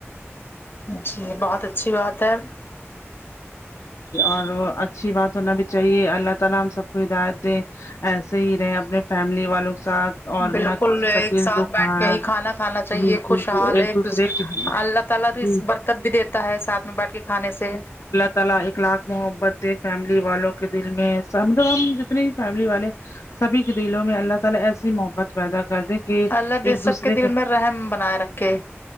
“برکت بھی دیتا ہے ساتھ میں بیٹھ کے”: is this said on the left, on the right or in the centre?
Left